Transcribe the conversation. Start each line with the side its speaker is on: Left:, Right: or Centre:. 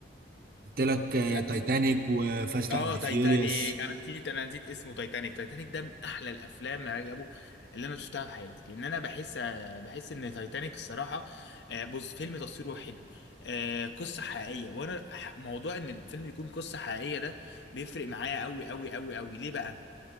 Right: قلت لك آه،
Left: في
Right: تايتانيك
Left: في-
Right: وفاست
Left: اه
Right: اند فيوريوس
Left: تايتانيك انا نسيت انا نسيت اسمه تايتانيك تايتانيك ده من احلى الافلام يا رجبو اللي انا شفتها في حياتي لان انا بحس بحس ان تايتانيك الصراحة آه، بص فيلم تصويره حلو آه، قصة حقيقية وانا ح- موضوع ان الفيلم يكون قصة حقيقية ده بيفرق معايا قوي قوي قوي قوي ليه بقى